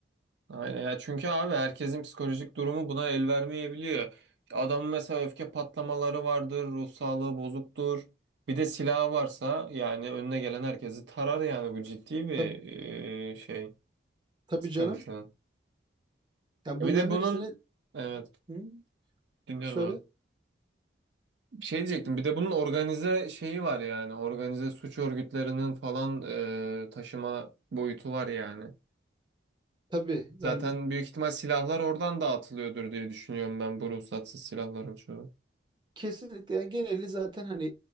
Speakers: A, on the right; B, on the right.
A: Aynen ya çünkü abi herkesin psikolojik durumu buna el vermeyebiliyor. Adamın mesela öfke patlamaları vardır, ruh sağlığı bozuktur. Bir de silahı varsa yani önüne gelen herkesi tarar yani bu ciddi bir
B: Tabii,
A: e, şey
B: tabii
A: sıkıntı.
B: canım. Yani
A: Bir
B: bunların
A: de bunun
B: hepsini
A: evet
B: hı,
A: dinliyorum
B: söyle.
A: abi. Şey diyecektim bir de bunun organize şeyi var yani organize suç örgütlerinin falan e, taşıma boyutu var yani.
B: Tabii
A: Zaten
B: yani
A: büyük ihtimal silahlar oradan dağıtılıyordur diye düşünüyorum ben bu ruhsatsız silahların çoğu.
B: kesinlikle yani geneli zaten hani